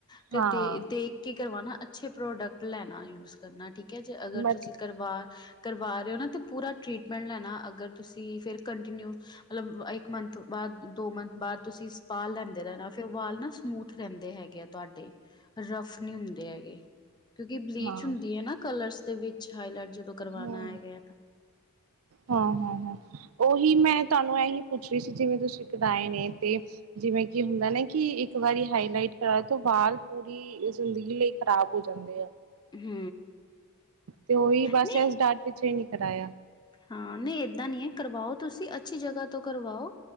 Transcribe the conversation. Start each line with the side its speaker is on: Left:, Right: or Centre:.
Left: ਤੇ
Right: ਹਾਂ,
Left: ਦੇ ਦੇਖ ਕੇ ਕਰਵਾਨਾ, ਅੱਛੇ ਪ੍ਰੋਡਕਟ ਲੈਨਾ ਯੂਜ ਕਰਨਾ ਠੀਕ ਐ, ਜੇ ਅਗਰ
Right: ਮਤ
Left: ਤੁਸੀਂ ਕਰਵਾ ਕਰਵਾ ਰਏ ਓ ਨਾ ਤੇ ਪੂਰਾ ਟਰੀਟਮੈਂਟ ਲੈਨਾ ਅਗਰ ਤੁਸੀਂ ਫਿਰ ਕੰਟੀਨਿਊ ਮਤਲਬ ਇੱਕ ਮੰਥ ਬਾਦ, ਦੋ ਮੰਥ ਬਾਦ, ਤੁਸੀਂ ਸਪਾ ਲੈਂਦੇ ਰੈਨਾ, ਫਿਰ ਵਾਲ ਨਾ ਸਮੂਥ ਰੈਂਦੇ ਹੈਗੇ ਆ। ਤੁਆਡੇ ਰਫ ਨੀ ਹੁੰਦੇ ਹੈਗੇ। ਕਿਓਂਕਿ ਬਲੀਚ
Right: ਹਾਂ।
Left: ਹੁੰਦੀ ਐ ਨਾਕਲਰਸ ਦੇ ਵਿੱਚ ਹਾਈਲਾਈਟ ਜਦੋਂ ਕਰਵਾਉਣਾ
Right: ਹੂੰ,
Left: ਹੈਗਾ ਤਾਂ
Right: ਹਾਂ-ਹਾਂ-ਹਾਂ, ਓਹੀ ਮੈਂ ਤਾਨੂੰ ਐਹੀ ਪੁੱਛ ਰਈ ਸੀਗੀ ਜਿਵੇਂ ਤੁਸੀਂ ਕਰਾਏ ਨੇ ਤੇ ਜਿਵੇਂ ਕੇ ਹੁੰਦਾ ਨਾ ਕੇ ਇੱਕ ਵਾਰੀ ਹਾਈਲਾਈਟ ਕਰਾਏ ਤੋ ਵਾਲ ਪੂਰੀ ਏ ਜ਼ਿੰਦਗੀ ਲਈ ਖ਼ਰਾਬ ਹੋ ਜਾਂਦੇ ਐ।
Left: ਹੂੰ
Right: ਤੇ ਓਈ ਬਸ
Left: ਨਹੀਂ
Right: ਏਸ ਡਰ ਪਿੱਛੇ ਈ ਨਈਂ ਕਰਾਏਆ।
Left: ਹਾਂ ਨਈ ਏਦਾਂ ਨਈਂ ਐ ਕਰਵਾਓ ਤੁਸੀਂ ਅੱਛੀ ਜਗਾਂ ਤੋਂ ਕਰਵਾਓ।